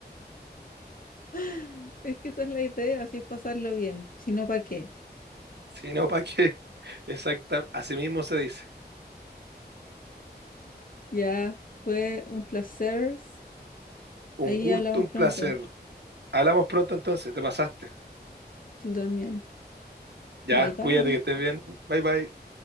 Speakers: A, on the left; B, on the right.
A: <laughs> Es que esa es la idea, así es pasarlo bien, si no, ¿para qué?
B: Si no, ¿para qué? <laughs> Exacta, así mismo se dice.
A: Ya fue un placer.
B: Un
A: Ahí
B: gusto,
A: hablamos
B: un
A: pronto.
B: placer. Hablamos pronto entonces, te pasaste.
A: Tú también.
B: Ya,
A: Bye bye.
B: cuídate que estés bien. Bye bye.